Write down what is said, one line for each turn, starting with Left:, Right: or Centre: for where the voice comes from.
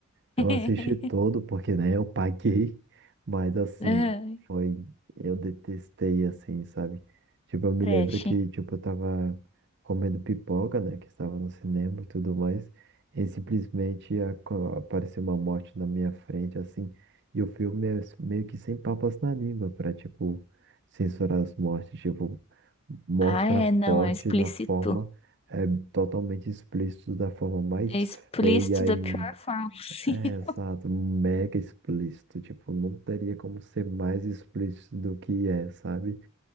Right: Eu
Left: <laughs>
Right: assisti todo, porque, né, eu paguei, mas assim,
Left: Ai,
Right: foi, eu detestei, assim, sabe? Tipo, eu me
Left: Trash.
Right: lembro que, tipo, eu tava comendo pipoca, né, que estava no cinema e tudo mais, e simplesmente aco- apareceu uma morte na minha frente, assim, e o filme é s- meio que sem papas na língua pra, tipo, censurar as mortes, tipo, mostra
Left: Ah, é, não,
Right: forte
Left: é explícito.
Right: na forma, é totalmente explícito, da forma mais
Left: É explícito
Right: feia
Left: da
Right: e
Left: pior forma possível.
Right: é, exato, mega explícito, tipo, não teria como ser mais explícito do que é, sabe?